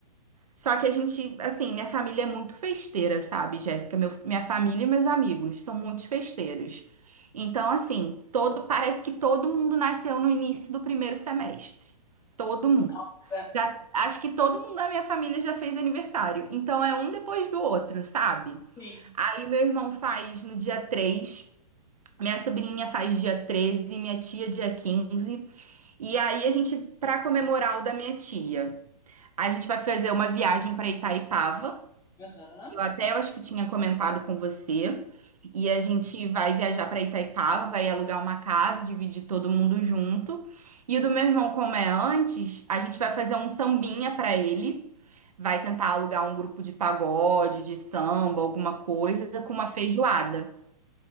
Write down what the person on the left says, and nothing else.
Nossa,
sim.
Aham.
Sim.